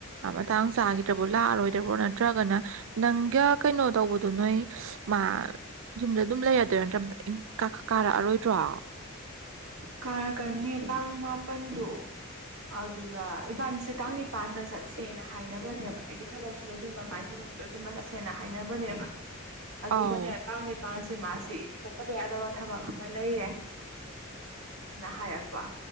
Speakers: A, on the right; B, on the right.
A: ꯃꯇꯥꯡ ꯆꯥꯈꯤꯗ꯭ꯔꯕꯣ ꯂꯥꯛꯑꯔꯣꯏꯗ꯭ꯔꯕꯣ ꯅꯠꯇ꯭ꯔꯒꯅ ꯅꯪꯒ ꯀꯩꯅꯣ ꯇꯧꯕꯗꯨꯣ ꯅꯣꯏ ꯃꯥ ꯌꯨꯝꯗ ꯑꯗꯨꯝ ꯂꯩꯔꯗꯣꯏꯔ ꯅꯠꯇ꯭ꯔ ꯔꯔꯣꯏ ꯇ ꯑ
B: ꯀꯥꯔꯛꯀꯅꯤꯌꯦ ꯇꯥꯡ ꯃꯥꯄꯜꯗꯣ ꯑꯗꯨꯗ ꯏꯕꯥꯅꯤꯁꯦ ꯇꯥꯡ ꯅꯤ ꯃꯄꯥꯟꯗ ꯆꯠꯁꯦꯅ ꯍꯥꯏꯅꯕꯅꯦꯕ ꯑꯩꯒꯤ ꯊꯕꯛꯁꯨ ꯂꯣꯏꯁꯤꯟꯕ ꯃꯥꯏ ꯊꯕꯛꯁꯨ ꯂꯣꯏꯁꯤꯟꯕ ꯆꯠꯁꯦꯅ ꯍꯥꯏꯅꯕꯅꯦꯕ
A: ꯑꯥꯎ
B: ꯑꯗꯨꯒꯅꯦ ꯇꯥꯡ ꯅꯤꯄꯥꯜꯁꯦ ꯃꯥꯁꯤ ꯆꯠꯇꯕ ꯌꯥꯗꯕ ꯊꯕꯛ ꯑꯃ ꯂꯩꯔꯦ ꯅꯍꯠ ꯋꯥ